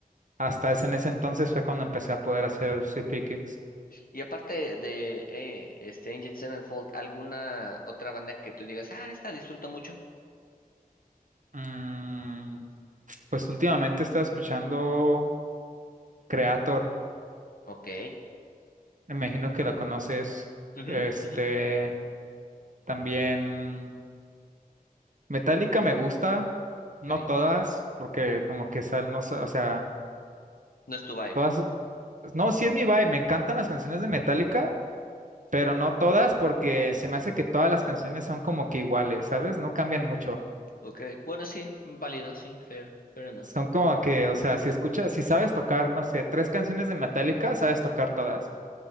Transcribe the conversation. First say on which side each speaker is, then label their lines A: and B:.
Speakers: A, on the right; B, on the left.
A: Hasta ese, en ese entonces fue cuando empecé a poder hacer sweep pickings.
B: Y aparte de eh, este Engine Sevenfold, ¿alguna otra banda que tú digas, ah, esta disfruto mucho?
A: Mm, pues últimamente estaba escuchando Creator,
B: Ok,
A: me imagino que la conoces.
B: ujú,
A: Este,
B: ujú,
A: también Metallica me gusta, no
B: ok.
A: todas, porque como que sal, no, sa- o sea,
B: No es tu vibe.
A: todas no, sí es mi vibe. Me encantan las canciones de Metallica, pero no todas porque se me hace que todas las canciones son como que iguales, ¿sabes? No cambian mucho.
B: Ok, bueno, sí, válido, sí, fair, fair enough.
A: Son como que, o sea, si escuchas, si sabes tocar, no sé, tres canciones de Metallica, sabes tocar todas.